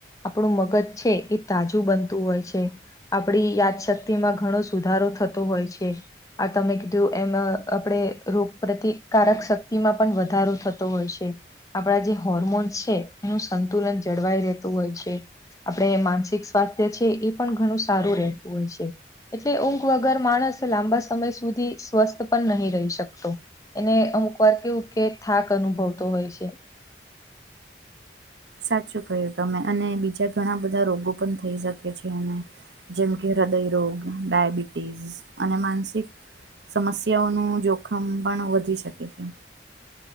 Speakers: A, on the left; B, on the right.
A: આપણું મગજ છે એ તાજું બનતું હોય છે. આપડી યાદશક્તિ માં ઘણો સુધારો થતો હોય છે. આ તમે કીધું એમ આપણે રોગ પ્રતિકારક શક્તિમાં પણ વધારો થતો હોય છે. આપણા જે હોર્મોન્સ છે એનું સંતુલન જળવાઈ રહેતું હોય છે. આપણે માનસિક સ્વાસ્થ્ય છે એ પણ ઘણું સારું રહેતું હોય છે. એટલે ઊંઘ વગર માણસ લાંબા સમય સુધી સ્વસ્થ પણ નહી રહી શકતો. એને અમુક વાર કેવું કે થાક અનુભવતો હોય છે.
B: સાચું કહ્યું તમે અને બીજા ઘણા બધા રોગો પણ થઈ શકે છે એને જેમ કે હૃદયરોગ, ડાયાબિટીસ અને માનસિક સમસ્યાઓનું જોખમ પણ વધી શકે છે.